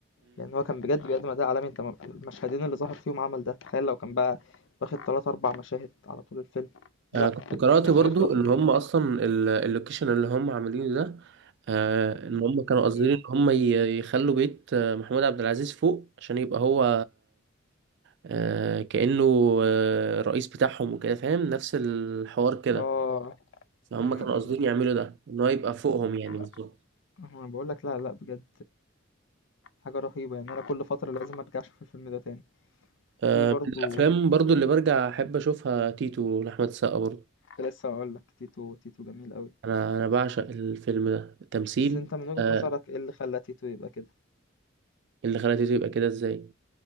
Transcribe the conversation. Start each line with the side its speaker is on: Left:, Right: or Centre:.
Left: لان هو كان بجد بيقدم اداء عالمي انت م- المشهدين اللي ظهر فيهم عمل ده تخيل لو كان بقى واخد تلات اربع مشاهد على طول الفيلم لا
Right: آه كنت
Left: كان
Right: قرأت
Left: كان
Right: برضو
Left: هيخطف
Right: إن
Left: ال-
Right: هم أصلا ال- اللوكيشن اللي هم عاملينه ده آه إن هم كانوا قاصدين
Left: مم.
Right: إن هم ي- يخلوا بيت آه، محمود عبد العزيز فوق عشان يبقى هو آه كأنه آه رئيس بتاعهم وكده فاهم نفس الحوار كده
Left: اه
Right: فهم
Left: مم.
Right: كانوا
Left: مم.
Right: قاصدين يعملوا ده إن هو يبقى فوقهم يعني
Left: لا
Right: بالظبط
Left: انا بقول لك لا لا بجد حاجه رهيبه يعني انا كل فتره لازم ارجع اشوف الفيلم ده تاني
Right: آه
Left: في برضو
Right: من الأفلام برضو اللي برجع أحب أشوفها تيتو لأحمد السقا برضو
Left: كنت لسه اقول لك تيتو تيتو جميل قوي
Right: أنا أنا بعشق الفيلم ده التمثيل
Left: بس انت من وجهة
Right: آه
Left: نظرك ايه اللي خلى تيتو يبقى كده
Right: اللي خلى تيتو يبقى كده إزاي